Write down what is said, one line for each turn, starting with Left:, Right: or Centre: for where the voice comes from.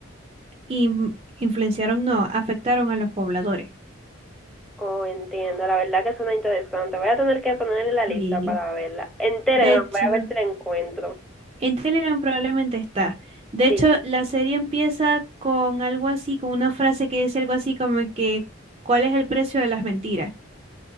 Right: in- influenciaron, no, afectaron a los pobladores.
Centre: Oh, entiendo. La verdad que suena interesante. Voy a tener que ponerle la
Right: Y
Centre: lista para verla. En Telegram
Right: de hecho,
Centre: voy a ver si la encuentro.
Right: en Telegram probablemente está. De hecho,
Centre: Sí.
Right: la serie empieza con algo así, con una frase que dice algo así como que, ¿cuál es el precio de las mentiras?